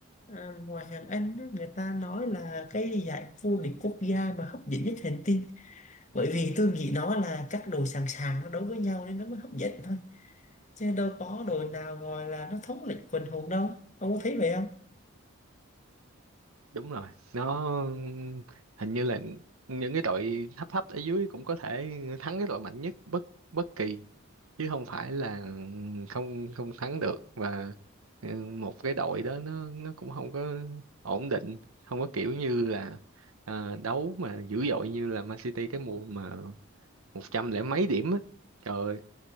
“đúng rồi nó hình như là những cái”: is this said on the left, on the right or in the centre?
Right